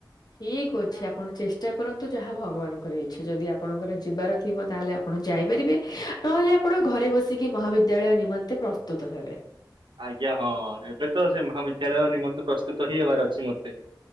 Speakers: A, on the left (about 60°); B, on the right (about 85°).
A: ଠିକ ଅଛି ଆପଣ ଚେଷ୍ଟା କରନ୍ତୁ ଯାହା ଭଗବାନଙ୍କର ଇଚ୍ଛା ଯଦି ଆପଣଙ୍କର ଯିବାର ଥିବ ତାହେଲେ ଆପଣ ଯାଇପାରିବେ ନହେଲେ ଆପଣ ଘରେ ବସିକି ମହାବିଦ୍ୟାଳୟ ନିମନ୍ତେ ପ୍ରସ୍ତୁତ ହେବେ।
B: ଆଜ୍ଞା ହଁ ଏବେ ତ ସେ ମହାବିଦ୍ୟାଳୟ ନିମନ୍ତେ ପ୍ରସ୍ତୁତ ହିଁ ହେବାର ଅଛି ମତେ।